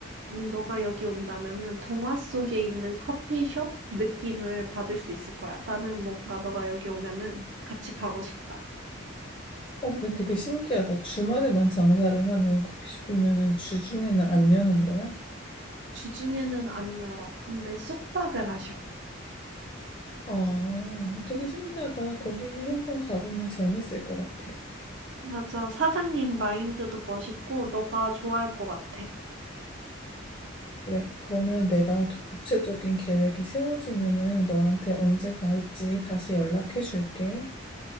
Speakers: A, on the right; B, on the left.
A: 음, 너가 여기 온다면은 동화 속에 있는 커피숍 느낌을 받을 수 있을 거야. 나는 뭔가 너가 여기 오면은 같이 가고 싶다.
B: 어, 근데 되게 신기하다. 주말에만 장사를 하는 커피숍이면은 주중에는 안 여는 거야?
A: 주중에는 안 열어. 근데 쑥박을 하셔.
B: 아, 되게 신기하다. 거기 한번 가보면 재밌을 것 같아.
A: 맞아. 사장님 마인드도 멋있고 너가 좋아할 것 같아.
B: 그래, 그러면 내가 더 구체적인 계획이 세워지면은 너한테 언제 갈지 다시 연락해 줄게.